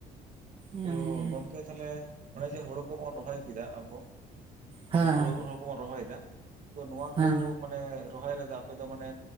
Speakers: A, on the right (about 30°); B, on the right (about 50°).
A: ᱦᱮᱸ ᱦᱮᱸ
B: ᱛᱚ ᱜᱚᱝᱠᱮ ᱛᱟᱦᱞᱮ ᱚᱱᱮ ᱡᱮ ᱦᱳᱲᱳ ᱠᱚᱵᱚᱱ ᱨᱚᱦᱚᱭ ᱠᱮᱫᱟ ᱟᱵᱚᱼᱼ
A: ᱦᱮᱸ
B: ᱦᱳᱲᱳ ᱠᱚᱵᱚᱱ ᱨᱚᱦᱚᱭᱮᱫᱟ ᱛᱚ ᱱᱚᱣᱟ
A: ᱦᱮᱸ
B: ᱠᱚᱼᱼ ᱢᱟᱱᱮ ᱨᱚᱦᱚᱭ ᱨᱮᱫᱚ ᱟᱯᱮ ᱫᱚ ᱢᱟᱱᱮ